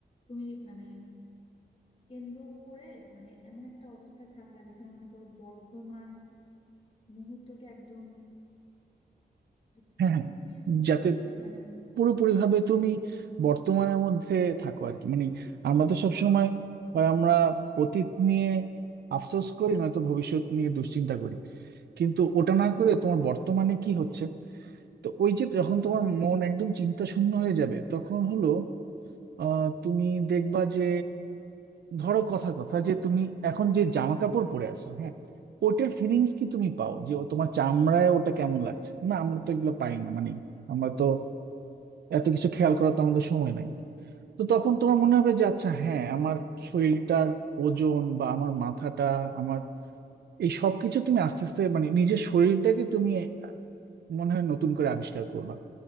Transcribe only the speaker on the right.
হ্যাঁ হ্যাঁ
যাতে
পুরোপুরি
ভাবে
তুমি বর্তমানের মধ্যে থাকো আর কি মানে আমরা তো সবসময় হয় আমরা অতীত নিয়ে আফসোস করি নয়তো ভবিষ্যৎ নিয়ে দুশ্চিন্তা করি কিন্তু ওটা না করে তোমার বর্তমানে কি হচ্ছে তো ওই যে যখন তোমার মন একদম চিন্তা শূন্য হয়ে যাবে তখন হলো আহ তুমি দেখবা যে ধরো কথা কথা যে তুমি এখন যে জামা কাপড় পরে আছো হ্যাঁ ওটার ফিলিংস কি তুমি পাও যে ও তোমার চামড়ায় ওটা কেমন লাগছে না আমরা তো এগুলো পাই না মানে আমরা তো এত কিছু খেয়াল করার তো আমাদের সময় নাই তো তখন তোমার মনে হবে যে আচ্ছা হ্যাঁ আমার শরীরটার ওজন বা আমার মাথাটা আমার এই সবকিছু তুমি আস্তে আস্তে মানে নিজের শরীরটাকে তুমি মনে হয় নতুন করে আবিষ্কার করবা